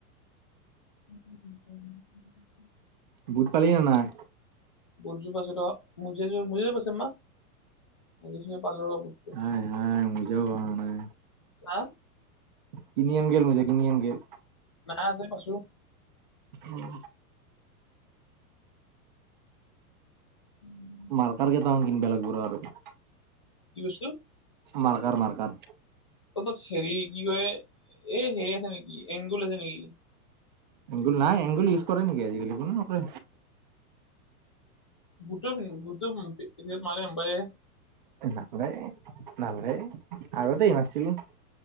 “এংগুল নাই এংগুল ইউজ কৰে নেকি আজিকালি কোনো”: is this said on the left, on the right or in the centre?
Right